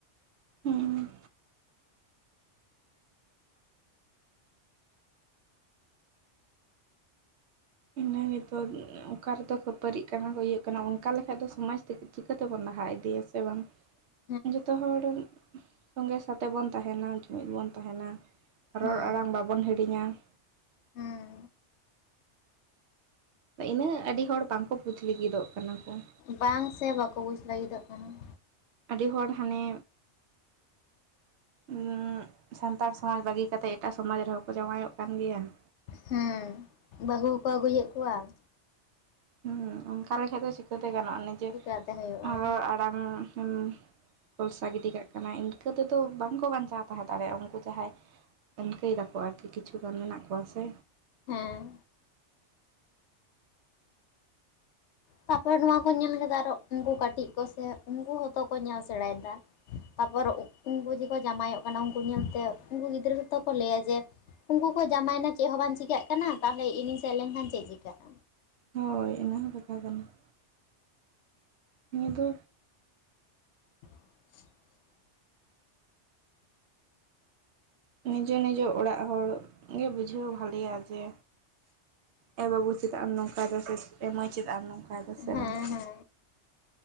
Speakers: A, on the right (about 75°); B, on the left (about 75°).
A: ᱩᱸᱼᱦᱩᱸᱻ ᱾ ᱤᱱᱟᱹ ᱱᱤᱛᱚᱜ ᱾ ᱚᱠᱟ ᱨᱮᱫᱚ, ᱠᱷᱟᱹᱯᱟᱹᱨᱤᱜ ᱠᱟᱱᱟ ᱠᱚ, ‌ᱭᱟᱹᱜ ᱠᱟᱱᱟ ᱾ ᱚᱱᱠᱟ ᱞᱮᱠᱷᱟᱡ ᱫᱚ, ᱥᱚᱢᱟᱡᱽ ᱛᱮᱜ ᱪᱤᱠᱟᱹᱛᱮ, ᱵᱚᱱ ᱞᱟᱦᱟ ᱤᱫᱤᱭᱟ ᱥᱮ, ᱵᱟᱝ?
B: ᱦ
A: ᱡᱚᱛᱚ, ᱦᱚᱲ ᱥᱚᱸᱜᱮ, ᱥᱟᱛᱮ ᱵᱚᱱ, ᱛᱟᱦᱮᱱᱟ ᱾ ᱡᱩᱢᱤᱫ ᱵᱚᱱ, ᱛᱟᱦᱮᱱᱟ ᱾
B: ᱦᱮᱸ
A: ᱨᱚᱲ ᱟᱲᱟᱝ, ᱵᱟᱵᱚᱱ ᱦᱤᱲᱤᱧᱟ ᱾
B: ᱦᱮᱸ
A: ᱤᱱᱟᱹᱜ, ᱟᱹᱰᱤ ᱦᱚᱲ ᱵᱟᱠᱚ, <unintelligible> ᱠᱟᱱᱟ, ᱠᱚ ᱾
B: ᱵᱟᱝ ᱥᱮ, ᱵᱟᱠᱚ ᱵᱩᱡ, ᱞᱟᱹᱜᱤᱫᱚᱜ ᱠᱟᱱᱟ ᱾
A: ᱟᱹᱰᱤ ᱦᱚᱲ, ᱦᱟᱱᱮ ᱦᱩᱸᱻ, ᱥᱟᱱᱛᱟᱲ ᱥᱚᱢᱟᱡᱽ ᱵᱟᱹᱜᱤ ᱠᱟᱛᱮᱜ, ᱮᱴᱟᱜ ᱥᱚᱢᱟᱡᱽ ᱨᱮᱦᱚᱸ ᱠᱚ, ᱡᱟᱶᱟᱭᱚᱜ ᱠᱟᱱ ᱜᱮᱭᱟ ᱾
B: ᱦᱮᱸ, ᱵᱟᱹᱦᱩ ᱠᱚ, ᱟᱹᱜᱩᱭᱮᱫ ᱠᱚᱣᱟ ᱾
A: ᱦᱩᱸ, ᱚᱱᱠᱟ ᱞᱮᱠᱷᱟᱡ ᱫᱚ, ᱪᱤᱠᱟᱹᱛᱮ ᱜᱟᱱᱚᱜᱼᱟ? ᱱᱤᱡᱮ
B: ᱪᱤᱠᱟᱹᱛᱮ ᱦᱩᱭᱩᱜᱼᱟ
A: ᱨᱚᱲ ᱟᱲᱟᱝ, ᱮᱢ ᱠᱚᱞᱥᱟ, ᱜᱤᱰᱤ ᱠᱟᱜ ᱠᱟᱱᱟ ᱾ ᱤᱱᱠᱟᱹ ᱛᱮᱫᱚ, ᱵᱟᱝ ᱠᱚ, ᱵᱟᱧᱪᱟᱣ ᱛᱟᱦᱮᱸ ᱫᱟᱲᱮᱭᱟᱜᱼᱟ ᱾ ᱩᱱᱠᱩ ᱡᱟᱦᱟᱸᱭ ᱤᱱᱠᱟᱹ ᱮᱫᱟ ᱠᱚ, ᱟᱨᱠᱤ ᱠᱤᱪᱷᱩ ᱜᱟᱱ, ᱢᱮᱱᱟᱜ ᱠᱚᱣᱟ ᱥᱮ?
B: ᱦᱮᱸᱻ ᱾ ᱛᱟᱨᱯᱚᱨᱮ ᱱᱚᱣᱟ ᱠᱚ ᱧᱮᱞ ᱠᱮᱫᱟ ᱟᱨᱚ ᱩᱱᱠᱩ ᱠᱟᱹᱴᱤᱡ ᱠᱚᱥᱮ ᱩᱱᱠᱩ ᱦᱚᱸᱛᱚ ᱠᱚ ᱧᱮᱞ ᱥᱮᱬᱟᱭᱮᱫᱟ ᱾ ᱛᱟᱨᱯᱚᱨ ᱩᱱᱠᱩ ᱡᱮᱠᱚ ᱡᱟᱢᱟᱭᱚᱜ ᱠᱟᱱᱟ ᱩᱱᱠᱩ ᱧᱮᱞᱛᱮ, ᱩᱱᱠᱩ ᱜᱤᱫᱽᱨᱟᱹ ᱜᱮᱛᱚ ᱠᱚ ᱞᱟᱹᱭᱟ ᱡᱮ ᱩᱱᱠᱩ ᱠᱚ ᱡᱟᱢᱟᱭᱮᱱᱟ ᱪᱮᱫ ᱦᱚᱸ ᱵᱟᱝ ᱪᱤᱠᱟᱹᱜ ᱠᱟᱱᱟ, ᱛᱟᱦᱚᱞᱮ ᱤᱧᱤᱧ ᱥᱮᱱ ᱞᱮᱱᱠᱷᱟᱱ ᱪᱮᱫ ᱪᱤᱠᱟᱹᱜᱼᱟ?
A: ᱦᱳᱭ, ᱤᱱᱟᱹ ᱦᱚᱸ ᱠᱟᱛᱷᱟ ᱠᱟᱱᱟ ᱾ ᱱᱤᱭᱟᱹ ᱫᱚ
B: <unintelligible>
A: ᱱᱤᱡᱮ ᱱᱤᱡᱮ ᱚᱲᱟᱜ ᱦᱚᱲ ᱜᱮ ᱵᱩᱡᱷᱟᱹᱣ ᱵᱷᱟᱞᱮᱭᱟ ᱡᱮ ᱮ ᱵᱟᱹᱵᱩ ᱪᱮᱫᱟ ᱮᱢ ᱱᱚᱝᱠᱟᱭᱫᱟ, ᱥᱮ ᱮᱢᱟᱹᱭ ᱪᱮᱫᱟ ᱟᱢ ᱱᱚᱝᱠᱟᱭᱫᱟ ᱥᱮ
B: ᱦᱮᱸ ᱦᱮᱸ
A: ᱵᱟᱝ᱾